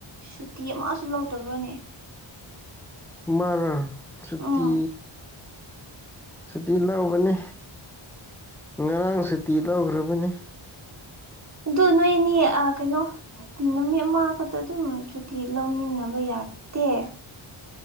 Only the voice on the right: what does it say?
ꯁꯨꯇꯤ ꯑꯃꯁꯨ ꯂꯧꯗꯕ꯭ꯔꯣꯅꯦ
ꯎꯝ
ꯑꯗꯨ ꯅꯣꯏꯅꯤ ꯑ ꯀꯩꯅꯣ ꯅꯨꯃꯤꯠ ꯑꯃꯥ ꯈꯛꯇ ꯑꯗꯨꯝ ꯁꯨꯇꯤ ꯂꯧꯃꯤꯟꯅꯕ ꯌꯥꯗꯦ